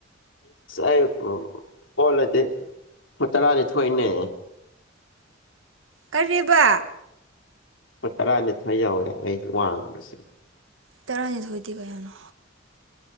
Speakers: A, on the left (about 80°); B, on the right (about 80°).
A: ꯑꯦ ꯑꯣꯂ ꯍꯨ ꯇꯔꯥꯅꯤ ꯊꯣꯏꯅꯦ
B: ꯀꯔꯤꯕ
A: ꯍꯣꯏ ꯇꯔꯥꯅꯤ ꯊ ꯌꯥꯎꯋꯦ ꯑꯩ ꯋꯥꯡꯁꯦ
B: ꯇꯔꯅꯤ ꯊꯣꯏꯇ ꯀꯌꯥꯅ